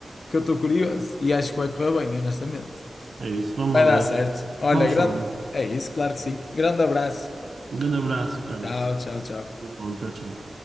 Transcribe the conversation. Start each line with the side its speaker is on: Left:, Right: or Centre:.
Left: que eu estou curioso e acho que vai correr bem, honestamente.
Right: é isso. Vamos
Left: Vai
Right: lá
Left: dar
Right: ver.
Left: certo. Olha,
Right: Vamos
Left: grande.
Right: falando.
Left: É isso, claro que sim. Grande abraço.
Right: Um grande abraço, Carlos.
Left: Tchau, tchau, tchau.
Right: Tudo bom, tchau, tchau.